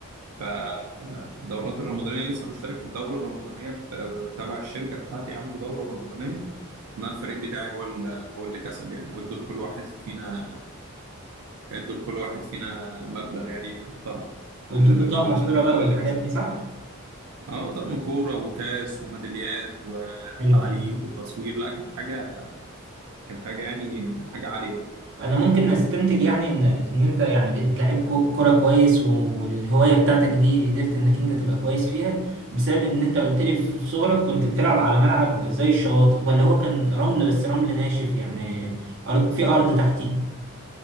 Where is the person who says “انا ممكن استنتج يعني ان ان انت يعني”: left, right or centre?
Right